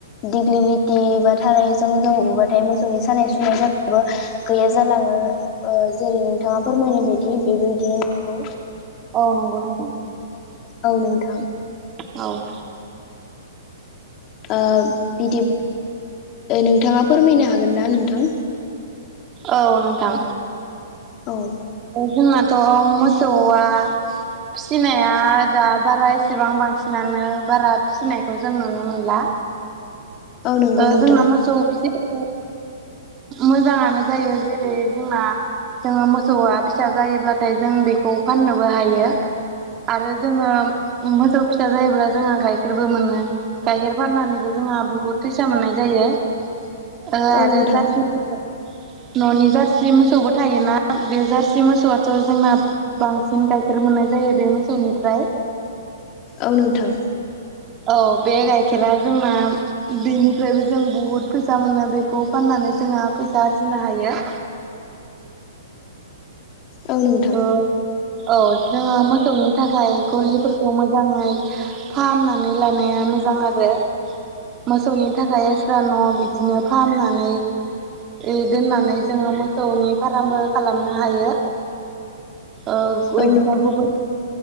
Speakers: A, on the left (about 35°); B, on the right (about 25°).
A: दिग्लिलिटि बा थारैजों जों बुबाथाय मोसौनि सानाय सुनाय जानायाबो गैया जालांङो। जेरै- नोंथांङा फोरमायनाय बायदि बेबायदिनो नंगौ
B: औ नंगौ नोंथां।
A: औ नोंथां।
B: औ
A: ओ बिदि, नोंथांङा फोरमायनो हागोन ना नोंथां?
B: औ नोंथां
A: औ
B: जोंनाथ' मोसौआ फिसिनाया दा बारा एसेबां बांसिनानो बारा फिसिनायखौ जों नुनो मोनला
A: औ नंगौ
B: ओ
A: नोंथां
B: जोंना मोसौ फिसिनायखौ मोजांङानो जायो जेरै जोंना ओ जोंङो मोसौआ फिसा जायोब्लाथाय जों बेखौ फाननोबो हायो आरो जोंङो मोसौ फिसा जायोब्ला जोंङो गाइखेरबो मोनो गाइखेर फाननानैबो जोंहा बुहुत फैसा मोननाय जायो। ओ आरो
A: औ नोंथां
B: जारसि मोसौ न'नि जारसि मोसौबो थायोना बे जारसि मोसौआथ' जोंना बांसिन गाइखेर मोननाय जायो बे मोसौनिफ्राय।
A: औ नोंथां।
B: औ बे गाइखेरा जोंना बेनिफ्रायबो जों बुहुद फैसा मोनो। बेखौ फाननानै जोंहा फैसा आरजिनो हायो।
A: औ नोंथां
B: ओ औ जोङो मोसौनि थाखाय गलिफोरखौ मोजाङै फाहामनानै लानाया मोजां आरो। मोसौनि थाखाय एस्रा न' बिदिनो फाहामनानै ओ दोननानै जोङो मोसौनि फारामबो खालामनो हायो। ओ
A: औ
B: इदिनो
A: नोंथां
B: गुबुन